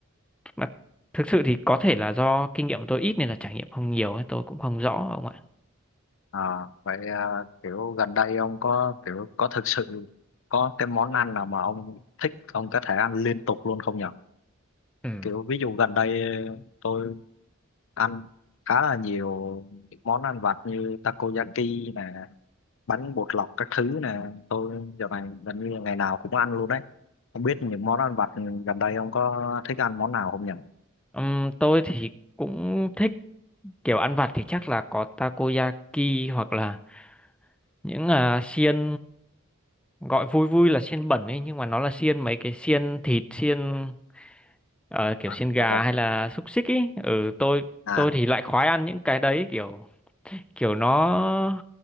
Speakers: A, in the centre; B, on the left.
A: mà thực sự thì có thể là do kinh nghiệm tôi ít nên là trải nghiệm không nhiều ấy tôi cũng không rõ ông ạ
B: à, vậy à, kiểu gần đây ông có kiểu có thực sự có cái món ăn nào mà ông thích ông có thể ăn liên tục luôn không nhỉ
A: Ừ.
B: kiểu ví dụ gần đây tôi ăn khá là nhiều những món ăn vặt như takoyaki nè bánh bột lọc các thứ nè tôi giờ này gần như là ngày nào cũng ăn luôn đấy không biết những món ăn vặt gần đây ông có thích ăn món nào không nhỉ
A: Ừm, tôi thì cũng thích kiểu ăn vặt thì chắc là có takoyaki hoặc là những à, xiên gọi vui vui là xiên bẩn ấy nhưng mà nó là xiên mấy cái xiên thịt xiên Ờ, kiểu
B: à,
A: xiên gà
B: rồi.
A: hay là xúc xích ý ừ, tôi
B: à,
A: tôi thì lại khoái ăn những cái đấy kiểu kiểu nó